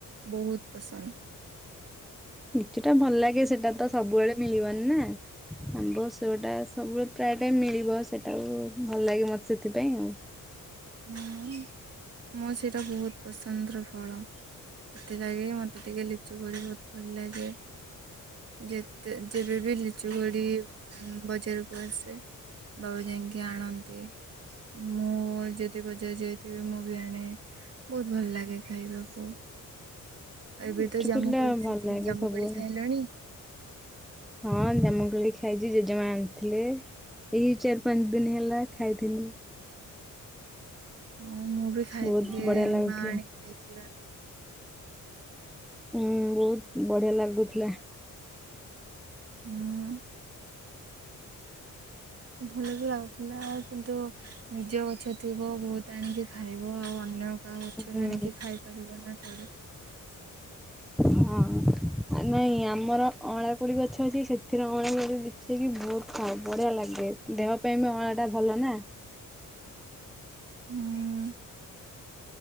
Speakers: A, on the right; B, in the centre.
A: ବହୁତ୍ ପସନ୍ଦ।
B: ଲିଚୁ ଟା ଭଲ ଲାଗେ ସେଟା ତ ସବୁବେଳେ ମିଳିବନି ନା? ଆମ୍ବ ସେଓଟା ସବୁବେଳେ ପ୍ରାୟ ଟାଇମ୍ ମିଳିବ ସେଇଟାକୁ ଭଲ ଲାଗେ ମତେ ସେଥିପାଇଁ ଆଉ
A: ହୁଁ ମୋର ସେଇଟା ବହୁତ ପସନ୍ଦର ଫଳ। ସେଥିଲାଗି ମତେ ଟିକେ ଲିଚୁ କୋଳି ବହୁତ ଭଲ ଲାଗେ। ଯେତେ ଯେବେବି ଲିଚୁ କୋଳି ବଜାରକୁ ଆସେ। ବାବା ଯାଇକି ଆଣନ୍ତି ମୁଁ ଯେତେ ଯେତେ ବଜାର ଯାଇଥିବେ ମୁଁ ବି ଆଣେ ବହୁତ ଭଲ ଲାଗେ ଖାଇବାକୁ। ଏବେ
B: ଲିଚୁ
A: ତ ଜାମୁକୋଳି
B: କୋଲା
A: କୋରି
B: ଭଲ
A: ସିଜିନ
B: ଲାଗେ
A: ଜାମୁକୋଲି
B: ସବୁବେଳେ।
A: କରି ଖାଇଲଣି।
B: ହଁ ଜାମୁକୋଳି ଖାଇଛି ଜେଜେମା ଆଣିଥିଲେ। ଏଇ ଚାରି ପାଞ୍ଚ ଦିନ ହେଲା ଖାଇଥିନି।
A: ହଁ ମୁଁ ବି ଖାଇଥିଲି
B: ବହୁତ ବଢିଆ ଲାଗୁଥିଲା।
A: ମା ଆଣିକି ଦେଇଥିଲା।
B: ହୁଁ ବହୁତ ବଢିଆ ଲାଗୁଥିଲା।
A: ହାଁ। ଭଲ ବି ଲାଗୁଥିଲା କିନ୍ତୁ ନିଜ ଗଛ ଥିବ ବହୁତ ଆଣିକି ଖାଇବ ଆଉ ଅନ୍ୟ କା ଗଛରୁ
B: ହୁଁ।
A: ଆଣିକି ଖାଇପାରିବ ନା ଥୋଡି।
B: ହଁ। ଆ ନାଇଁ ଆମର ଅଁଳା କୋଳି ଗଛ ଅଛି ସେଥିରେ ଅଁଳା କୋଳି ଦେଖିକି ବହୁତ ଖାଉ ବଢିଆ ଲାଗେ। ଦେହ ପାଇଁ ବି ଅଁଳାଟା ଭଲ ନା।
A: ହୁଁ।